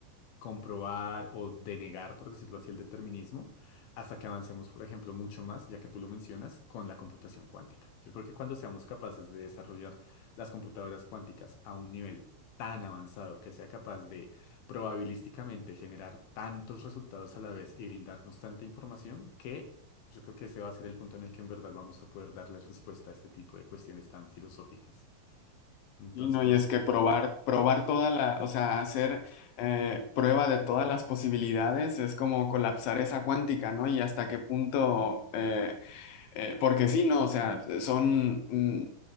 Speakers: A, on the left; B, on the left.
A: comprobar o denegar, por decirlo así, el determinismo, hasta que avancemos, por ejemplo, mucho más, ya que tú lo mencionas, con la computación cuántica. Yo creo que cuando seamos capaces de desarrollar las computadoras cuánticas a un nivel tan avanzado que sea capaz de probabilísticamente generar tantos resultados a la vez y brindarnos tanta información que yo creo que ese va a ser el punto en el que en verdad vamos a poder darle respuesta a este tipo de cuestiones tan filosóficas. Entonces,
B: Y no, y
A: no
B: es
A: sé
B: que
A: qué
B: probar,
A: piensas.
B: probar toda la, o sea, hacer eh, prueba de todas las posibilidades es como colapsar esa cuántica, ¿no? Y hasta qué punto, eh, eh, porque sí, ¿no? O sea, son mm,